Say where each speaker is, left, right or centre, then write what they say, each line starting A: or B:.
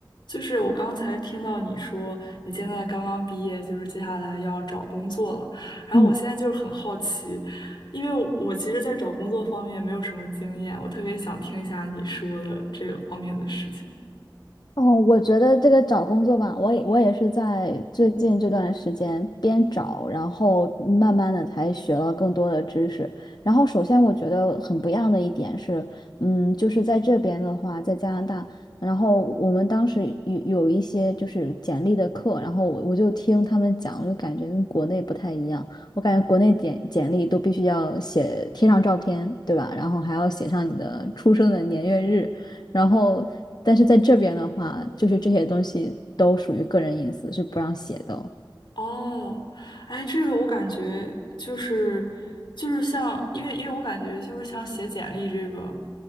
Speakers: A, on the left; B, on the left.
A: 就是我刚才听到你说你现在刚刚毕业，就是接下来要找工作了。然后我现在就是很好奇，
B: 嗯，
A: 因为我我其实，在找工作方面没有什么经验，我特别想听一下你说的这个方面的事情。
B: 哦，我觉得这个找工作吧，我也我也是在最近这段时间边找，然后慢慢的才学了更多的知识。然后首先我觉得很不一样的一点是，嗯，就是在这边的话，在加拿大，然后我们当时有有一些就是简历的课，然后我我就听他们讲，我就感觉跟国内不太一样。我感觉国内简简历都必须要写贴上照片，对吧？然后还要写上你的出生的年月日。然后，但是在这边的话，就是这些东西都属于个人隐私，是不让写的哦。
A: 哦，哎，这个我感觉就是就是像，因为因为我感觉就是像写简历这个，